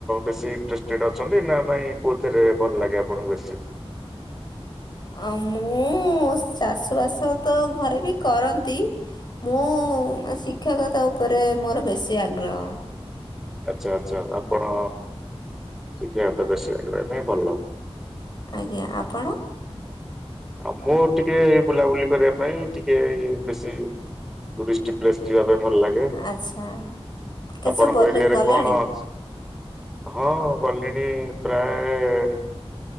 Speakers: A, in the centre; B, on the left.
A: ବେଶୀ ଇଣ୍ଟଷ୍ଟେଡ ଅଛନ୍ତି। ନା ନାଇଁ କୋଉଥିରେ ଭଲ ଲାଗେ ଆପଣଙ୍କୁ ବେଶୀ?
B: ଅ ମୁଁ ଚାଷବାସ ତ ଘରେ ବି କରନ୍ତି। ମୁଁ ଶିକ୍ଷକତା ଉପରେ ମୋର ବେଶୀ ଆଗ୍ରହ।
A: ଆଚ୍ଛା ଆଚ୍ଛା ଆପଣ ଶିକ୍ଷାଗତ ବେଶୀ ଆଗ୍ରହ ନାଇଁ ଭଲ।
B: ଆଜ୍ଞା ଆପଣ?
A: ଆଉ ମୁଁ ଟିକେ ବୁଲାବୁଲି କରିବା ପାଇଁ ଟିକେଇ ବେଶୀ ଟୁରିଷ୍ଟ ପ୍ଲେସ ଯିବା ପାଇଁ ଭଲ ଲାଗେ।
B: ଆଚ୍ଛା କେତେ
A: ଆପଣଙ୍କ
B: ସବୁ
A: ଏରିଆରେ
B: ଗଲେଣି?
A: କଣ ଅଛି? ହଁ ଗଲିଣି ପ୍ରାୟ